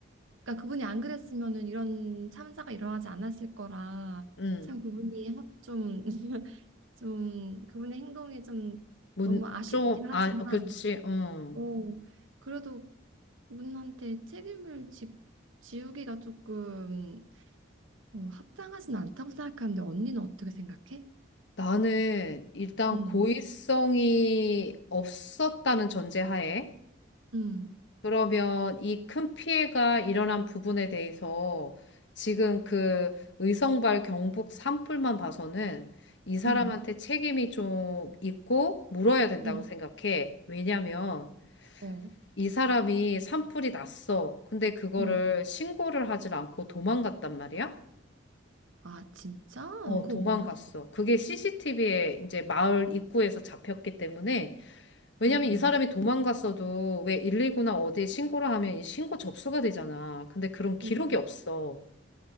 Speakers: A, on the right; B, on the left.
A: 그러니까 그분이 안 그랬으면은 이런 참사가 일어나지 않았을 거라
B: 응.
A: 참 그분이 하- 좀 <laughs> 좀 그분의 행동이 좀
B: 문,
A: 너무 아쉽긴
B: 좀,
A: 하지만
B: 아, 어, 그렇지, 응.
A: 오 그래도 그분한테 책임을 지, 지우기가 조금 어, 합당하진 않다고 생각하는데 언니는 어떻게 생각해?
B: 나는 일단
A: 음.
B: 고의성이 없었다는 전제하에,
A: 응,
B: 그러면 이 큰 피해가 일어난 부분에 대해서 지금 그 의성발 경북 산불만 봐서는 이 사람한테
A: 응,
B: 책임이 좀 있고 물어야 된다고
A: 응.
B: 생각해. 왜냐면
A: 응, 어,
B: 이 사람이 산불이 났어. 근데 그거를
A: 응.
B: 신고를 하질 않고 도망갔단 말이야?
A: 아, 진짜?
B: 어,
A: 그거
B: 도망갔어.
A: 몰랐어.
B: 그게 CCTV에 이제 마을 입구에서 잡혔기 때문에, 왜냐면
A: 아이고.
B: 이 사람이 도망갔어도 왜 119나 어디에 신고를 하면 이 신고 접수가 되잖아. 근데 그런 기록이
A: 어.
B: 없어.